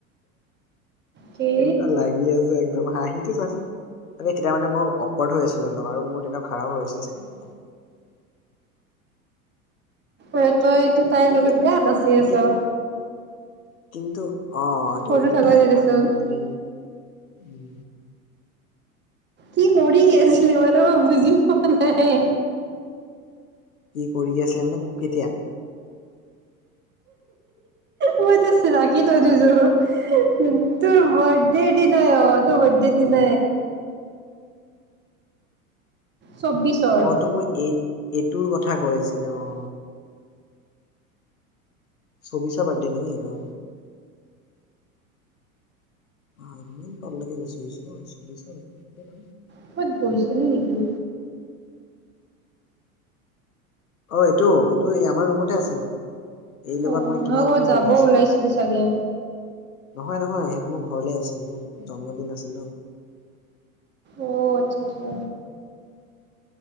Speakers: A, on the right; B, on the left.
A: কি
B: কেনুৱা লাগি আছে একদম হাঁহি টো চাচোন ত তেতিয়া মানে মই অকৱাৰ্ড হৈ আছিলো অলপ আৰু মোৰ তেতিয়া খাৰাৱ হৈ আছিল চাগে মথাটো
A: ঐ তই তই তাইৰ
B: কিন্তু
A: লগত বেয়া নচি আছ
B: কিন- কিন্তু অ এইটো
A: সৰু
B: এইটো
A: থাকোতে
B: তাই
A: দেচোন
B: ভাল বুজিল উম
A: কি কৰি গৈছিলে মানে মই বুজি পোৱা নাই।
B: কি কৰি আছিলি মানে কেতিয়া?
A: মই তো ৰাখি থৈ দিছোঁ তোৰ বাৰ্থ ডে দিনই অ তোৰ বাৰ্থ ডে দিন চৌব্বিছ ৰ
B: অ তোক মই এই এইটোৰ কথা কৈ আছিলে অ চৌব্বিছৰ বাৰ্ডে নেকি এইবাৰ? অ ই পাৰালকে বিছছ <unintelligible>
A: কবাত গৈছিলি নেকি?
B: অ এইটো এইটো এই আমাৰ ৰুমতে আছিল। এই লগত
A: অ
B: মই কিবা
A: নহয় ক'বত
B: কিবি
A: যাব
B: কৰি আছিলো
A: ওলাইছিলো চাগে
B: নহয় নহয় সিহঁত মোৰ ঘৰলৈ আহিছিল মোৰ জন্মদিন আছিল ন
A: অ আচ্ছা আচ্ছা